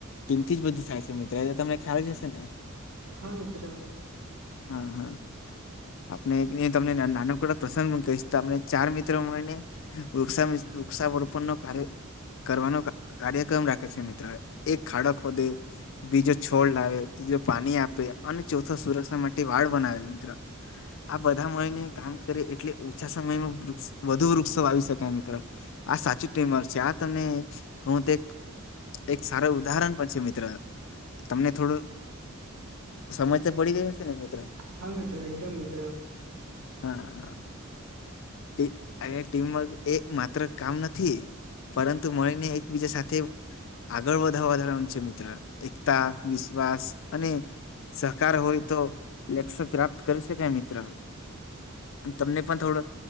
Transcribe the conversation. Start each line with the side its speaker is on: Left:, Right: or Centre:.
Left: થી જ બધું થાય છે મિત્રો એ તને ખ્યાલ જશે ને,
Right: હા મિત્ર
Left: હા હા આપણે તમને નાનકડો પ્રસંગ પણ કહીશ, તમને ચાર મિત્રો મળીને વૃક્ષા- વૃક્ષાવરોપણ નો કાર્ય કરવાનો કાર્યક્રમ રાખે છે મિત્ર એક ખાડો ખોદે બીજો છોડ લાવે ત્રીજો પાણી આપે અને ચોથો સુરક્ષા માટે વાળ બનાવે મિત્ર આ બધા મળીને કામ કરે એટલે ઓછા સમયમાં વૃક્ષ વધુ વૃક્ષો વાવી શકાય મિત્ર આ સાચી ટીમર છે આ તમે હુ તો એક એક સારા ઉદાહરણ બન છે મિત્ર તમને થોડું સમજ તો પડી ગય હશે ને મિત્ર
Right: હા મિત્ર એકદમ મિત્ર
Left: હા એ અયા ટીમવર્ક એ માત્ર કામ નથી પરંતુ મળીને એકબીજા સાથે આગળ વધા વધારવાનુ છે મિત્ર એકતા વિશ્વાસ અને સહકાર હોય તો લક્ષ્ય પ્રાપ્ત કરી શકાય મિત્ર તમને પણ થોડો